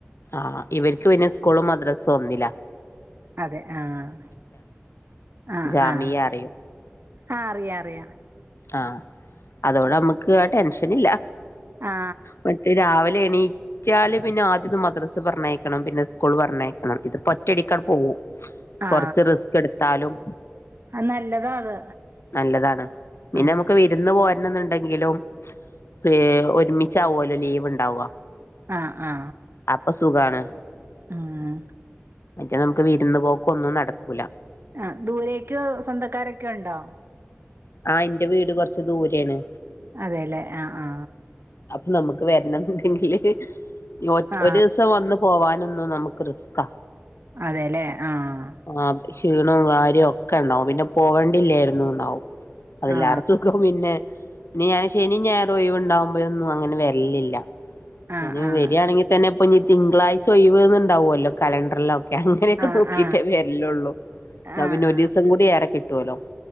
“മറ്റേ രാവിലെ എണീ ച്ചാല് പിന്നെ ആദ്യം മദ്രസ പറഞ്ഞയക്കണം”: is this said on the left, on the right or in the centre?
Left